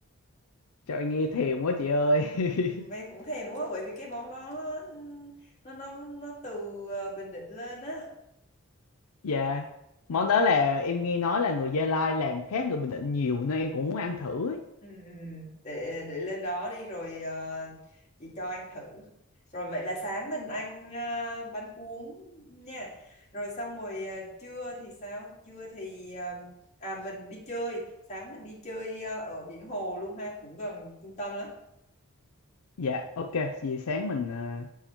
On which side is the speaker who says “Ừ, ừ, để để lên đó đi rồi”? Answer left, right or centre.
Left